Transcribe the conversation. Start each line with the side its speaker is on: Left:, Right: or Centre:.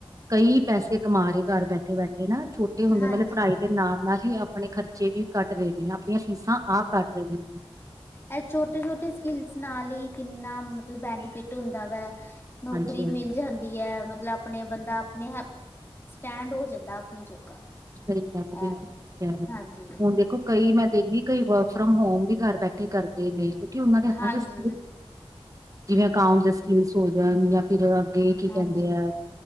Right: ਕਈ ਪੈਸੇ ਕਮਾ ਰੇ ਘਰ ਬੈਠੇ ਬੈਠੇ ਨਾ ਛੋਟੇ ਹੁੰਦੇ
Left: ਹਾਂਜੀ
Right: ਮਤਲ ਪੜ੍ਹਾਈ ਦੇ ਨਾਲ ਨਾਲ ਹੀ ਅਪ ਅਪਨੇ ਖਰਚੇ ਵੀ ਕੱਡ ਰਏ ਨੇ ਅਪਨੀਆਂ ਫੀਸਾਂ ਆਪ ਕੱਡ ਰੇ ਨੇ।
Left: ਐ ਛੋਟੇ, ਛੋਟੇ ਸਿਕਿਲਸ ਨਾਲ ਈ ਕਿੰਨਾ ਮਤਲਬ ਬੈਨੀਫਿਟ ਹੁੰਦਾ ਵੈ। ਨੌਕਰੀ
Right: ਹਾਂਜੀ-ਹਾਂਜੀ
Left: ਮਿਲ ਜਨ ਹੈ ਮਤਲਬ ਆਪਣੇ ਬੰਦਾ ਆਪਣੇ ਅਪ ਸਟੈਂਡ ਹੋ ਜਾਂਦਾ ਆਪਣੇ ਜੋਗਾ।
Right: ਸਹੀ ਗੱਲ, ਬਿਲਕੁਲ
Left: ਐ
Right: ਕਹਿ ਰਹੇ
Left: ਹਾਂਜੀ
Right: ਹੁਣ ਦੇਖੋ ਕਈ ਮੈਂ ਦੇਖਦੀ ਕਈ ਵਰਕ ਫਰੋਮ ਹੋਮ ਵੀ ਘਰ ਬੈਠੇ ਕਰਦੇ ਨੇ ਕਿਉਂਕਿ ਉਹਨਾਂ ਦੇ ਹੱਥਾਂ
Left: ਹਾਂਜੀ
Right: ਚ ਸ ਜਿਵੇਂ ਅਕਾਉਂਟ ਦੇ ਸਕਿਲਸ ਹੋ ਜਾਣ ਜਾਂ ਫਿਰ ਅੱਗੇ ਕੀ
Left: ਹਾਂਜੀ
Right: ਕੇਂਦੇ ਐ